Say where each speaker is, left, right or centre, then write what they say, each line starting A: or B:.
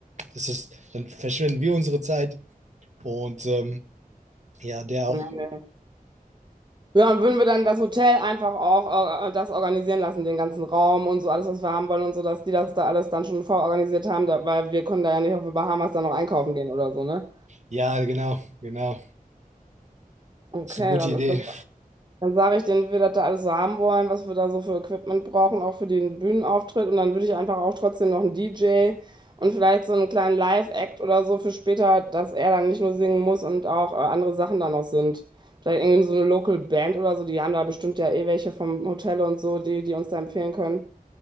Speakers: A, on the right; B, on the right.
A: ist es, dann verschwenden wir unsere Zeit und ähm, ja, der auch.
B: Ja, Ja, und würden wir dann das Hotel einfach auch äh, das organisieren lassen, den ganzen Raum und so alles, was wir haben wollen und so, dass die das da alles dann schon vororganisiert haben, da, weil wir können da ja nicht auf die Bahamas dann noch einkaufen gehen oder so, ne?
A: Ja, genau, genau.
B: Okay,
A: Ist eine gute
B: dann
A: Idee.
B: ist das Dann sage ich denen, wie wir das da alles so haben wollen, was wir da so für Equipment brauchen, auch für den Bühnenauftritt. Und dann würde ich einfach auch trotzdem noch einen DJ und vielleicht so einen kleinen Live-Act oder so für später, dass er dann nicht nur singen muss und auch äh, andere Sachen da noch sind. Vielleicht irgendwie so eine Local Band oder so, die haben da bestimmt ja eh welche vom Hotel und so, die, die uns da empfehlen können.